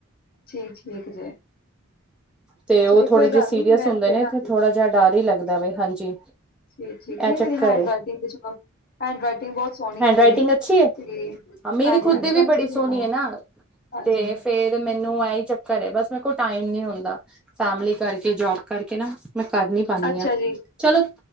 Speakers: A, on the left (about 45°); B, in the centre.
A: ਠੀਕ ਠੀਕ ਜੇ,
B: ਤੇ ਉਹ
A: ਚਲੋ
B: ਥੋੜੇ
A: ਕੋਈ
B: ਜਿਹੇ
A: ਗੱਲ
B: ਸੀਰੀਅਸ
A: ਨਹੀਂ ਮੈਂ
B: ਹੁੰਦੇ ਨੇ,
A: ਹਾਂਜੀ
B: ਤੇ ਥੋੜ੍ਹਾ ਜਿਹਾ ਡਰ ਹੀ ਲੱਗਦਾ ਵ ਹਾਂਜੀ।
A: ਠੀਕ ਠੀਕ, ਨਹੀਂ
B: ਇਹ ਚੱਕਰ
A: ਮੇਰੀ ਹੈਂਡ
B: ਏ।
A: ਰਾਈਟਿੰਗ ਦੇ ਚਲੋ ਹੈਂਡ ਰਈਟਿੰਗ ਬਹੁਤ ਸੋਹਣੀ
B: ਹੈਂਡ
A: ਆ
B: ਰਾਈਟਿੰਗ
A: ਮੇਰੀ,
B: ਅੱਛੀ ਹੈ
A: ਤੇ
B: ਹਾਂ ਮੇਰੀ
A: ਹਾਂਜੀ
B: ਖੁਦ
A: ਹਾਂਜੀ
B: ਦੀ ਵੀ
A: ਟੈਂਸ਼ਨ
B: ਬੜੀ ਸੋਹਣੀ
A: ਨਾ ਲਓ।
B: ਹੈ
A: ਹਾਂਜੀ
B: ਤੇ ਫੇਰ ਮੈਨੂੰ ਇਹਹੀ ਚੱਕਰ ਹੈ ਬਸ ਮੇਰੇ ਕੋਲ ਟਾਈਮ ਨੀ ਹੁੰਦਾ, ਫੈਮਲੀ ਕਰਕੇ ਜੋਬ ਕਰਕੇ ਨਾ, ਮੈਂ ਕਰ ਨੀ ਪਾਉਦੀ
A: ਅੱਛਾ
B: ਹਾਂ,
A: ਜੀ
B: ਚਲੋ